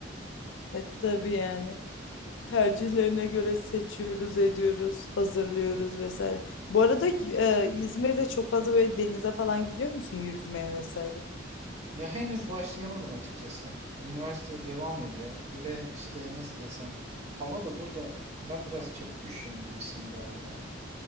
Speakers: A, on the left; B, on the right.
A: E, tabii yani. Tercihlerine göre seçiyoruz, ediyoruz, hazırlıyoruz vesaire. Bu arada e, İzmir'de çok fazla böyle denize falan gidiyor musun yüzmeye vesaire?
B: Ya henüz başlayamadım açıkçası. Üniversite devam ediyor. Bir de işte nasıl desem hava da burada ben biraz çabuk üşüyen birisiyim galiba.